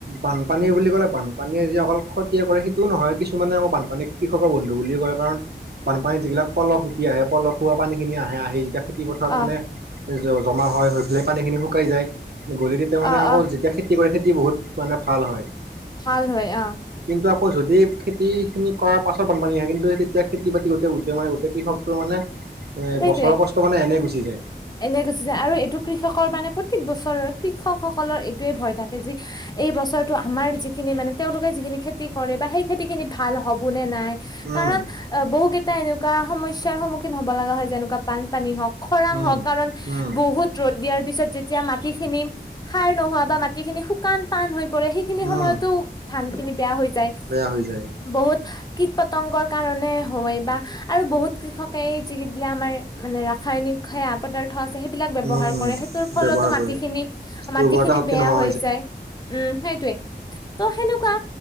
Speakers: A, on the right (about 65°); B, on the left (about 25°).
A: বানপানী বুলি ক'লে বানপানীয়ে যি অকল ক্ষতিয়ে কৰে সেইটোও নহয় কিছুমানে আকৌ বানপানী কৃষকৰ বন্ধু বুলি কয় কাৰণ বানপানীত যিগিলাক পলস উটি আহে পলসুৱা পানী খিনি আহে আহি যেতিয়া খেতি পথাৰত
B: অ
A: মানে জ - জমা হয় হৈ ফেলাই পানীখিনি শুকাই যায়। গ'লি তেতিয়া মানে
B: অ
A: আকৌ
B: অ
A: যেতিয়া খেতি কৰে খেতি বহুত মানে ভাল হয়।
B: ভাল হয় অ'।
A: কিন্তু আকৌ যদি খেতিখিনি কৰাৰ পাছত বানপানী হয় কিন্তু তেতিয়া খেতি বাতি গোটেই উতে মানে গোটেই কৃষকটোৰ মানে এ
B: সেইটোৱে
A: বছৰৰ কষ্ট মানে এনে গুচি যায়
B: এনে গুছি যায় আৰু এইটো কৃষকৰ মানে পত প্ৰত্যেক বছৰত কৃষকসকলৰ এইটোৱে ভয় থাকে যি এই বছৰটো আমাৰ যিখিনি মানে তেওঁলোকে যিখিন খেতি কৰে বা সেই খেতি খিনি ভাল হ'বো নে নাই
A: উম
B: কাৰণ অ বহু কেইটা এনেকুৱা সমস্যাৰ সন্মুখীন হব লগা হয় যেনেকুৱা বানপানী হওঁক খৰাং
A: উম
B: হওক কাৰণ
A: উম
B: বহুত ৰ'দ দিয়াৰ পিছত যেতিয়া মাটি খিনি সাৰ নোহোৱা বা মাটি খিনি শুকান টান হৈ পৰে সেইখিনি সময়তো
A: উম
B: ধান খিনি বেয়া হৈ যায়
A: বেয়া হৈ যায়
B: বহুত কীট পতংগৰ কাৰণে হওৱে বা আৰু বহুত কৃষকেই <unintelligible> দিলে আমাৰ মানে ৰাসায়নিক সেয়া পদাৰ অ আছে সেইবিলাক ব্যৱহাৰ
A: উম উম
B: কৰে সেইটোৰ ফলতো
A: ব্যৱহাৰ
B: মাটিখিনি
A: কৰে
B: - মাটিখিনি
A: উৰ্বৰতা শক্তি
B: বেয়া
A: নোহোৱা
B: হৈ যায়। উম, সেইটোৱে। ত' সেনেকুৱা।